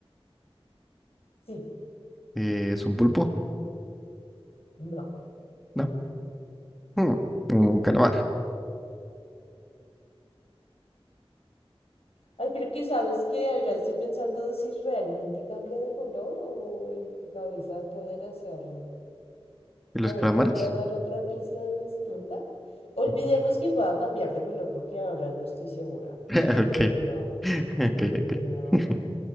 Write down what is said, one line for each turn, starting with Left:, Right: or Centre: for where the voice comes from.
Left: sí,
Centre: ¿Es un pulpo?
Left: no.
Centre: No. Mm, Un calamar.
Left: Ay, creo que sabes que ahora estoy pensando si realmente cambia de color o en mi cabeza pueden hacerlo.
Centre: ¿Y los
Left: A ver,
Centre: calamares?
Left: te voy a dar otra pista distinta. Olvidemos
Centre: Ujú.
Left: que pueda cambiar de color porque ahora no estoy segura.
Centre: <laughs>
Left: Sí,
Centre: Ok.
Left: de verdad.
Centre: <laughs> Ok,
Left: Eh,
Centre: ok. <laughs>